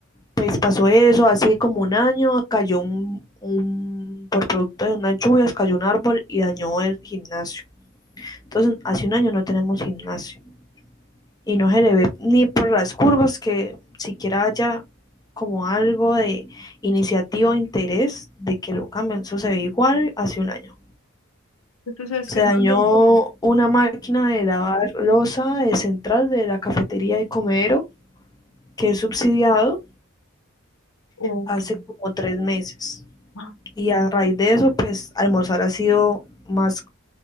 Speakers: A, on the left (about 20°); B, on the left (about 80°).
A: pues pasó eso, hace como un año cayó un, un, por producto de unas lluvias, cayó un árbol y dañó el gimnasio. Entonces, hace un año no tenemos gimnasio y no se le ve ni por las curvas que siquiera haya como algo de iniciativa o interés de que lo cambien. Eso se ve igual hace un año.
B: Tú sabes
A: Se
B: que
A: dañó
B: todo.
A: una máquina de lavar losa de central de la cafetería y comedero que es subsidiado
B: Ok.
A: hace como tres meses.
B: Ah,
A: Y a raíz de eso, pues almorzar ha sido más